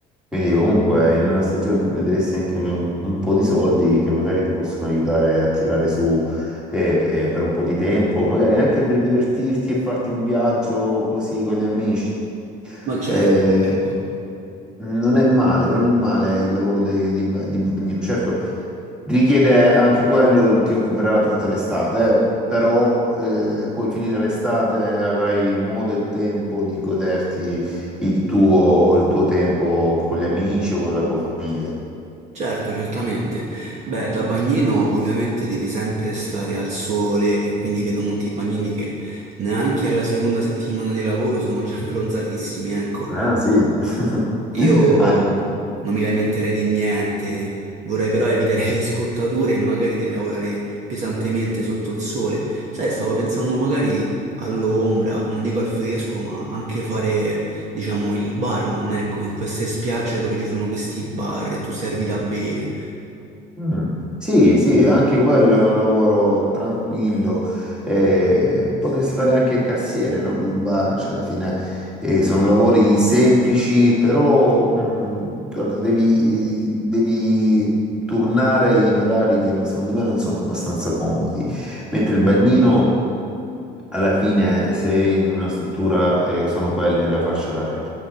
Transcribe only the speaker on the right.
Ma certo,
certo,
certo, certamente. Beh, da bagnino ovviamente devi sempre stare al sole e quindi vedo molti bagnini che neanche alla seconda settimana di lavoro sono già <laughs> bronzatissimi, ecco.
Io
non mi lamenterei di niente, vorrei però evitare <laughs> le scottature e magari di lavorare pesantemente sotto il sole. Sai, stavo pensando magari all'ombra, non dico al fresco, ma anche fare, diciamo, il barman, ecco, in queste spiagge dove ci sono questi bar e tu servi da bere.